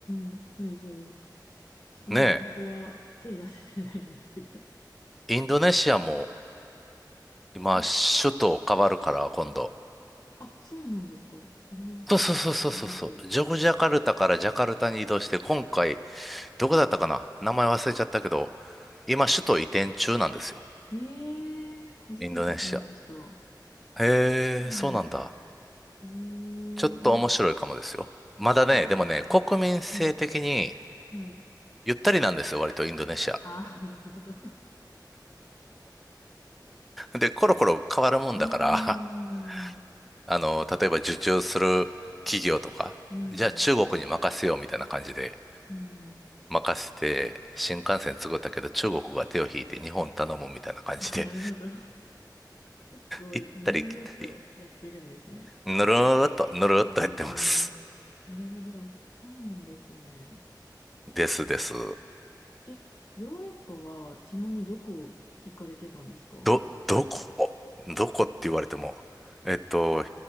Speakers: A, on the left; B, in the centre.
A: んうん。そうです、そうです。ちょっとまだここは手出せてないんですけど。
B: ねえインドネシアも、今、
A: あ、
B: 首都変わるから、今度。
A: あ、そうなんですか。それは、
B: そうそうそうそうそうそう。
A: いいです。
B: ジョグジャカルタからジャカルタに移動して、今回、どこだったかな名前忘れちゃったけど、今、首都移転中なんですよ。
A: ええ初めて知りました。
B: インドネシア。
A: そ
B: へえ、
A: うなんだ。
B: そうなんだ。
A: うーん。
B: ちょっと面白いかもですよ。まだね、
A: ええちょっと、
B: でもね、国民性的に、
A: はい、はい。
B: ゆったりなんですよ、割とインドネシア。
A: ああ、なるほど。<laughs> う
B: で、コロコロ変わるもんだから、
A: ーん、
B: <laughs> あの、例えば受注する企業とか、
A: うん、
B: じゃあ中国に任せようみたいな感じで、
A: うん。
B: 任せて、新幹線作ったけど中国が手を引いて日本頼むみたいな感じで、
A: あ、なるほど。結構、
B: 行ったり来たり、
A: ゆるーっとやってるんですね。
B: ぬるーっと、ぬるーっとやってます。
A: うん、うんなるほど。そうなんですね。
B: ですです。
A: え、ヨーロッパは、ちなみにどこ行かれてたんですかは
B: ど、どこどこって言われても、えっと、